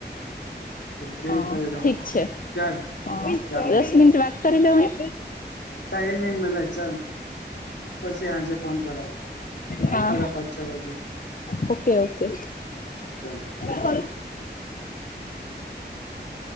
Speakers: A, on the left; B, on the left.
A: બેલ
B: અ
A: પડ્યો
B: ઠીક છે હ
A: ચાલ જાઉં
B: દસ
A: છું
B: મિનિટ વાત કરી લેવોની.
A: ટાઈમ નહી મળે ચલ પછી આજે ફોન કરા.
B: હા
A: સાડા પાંચ છ વાગે
B: ઓકે ઓકે.
A: ચાલ
B: કો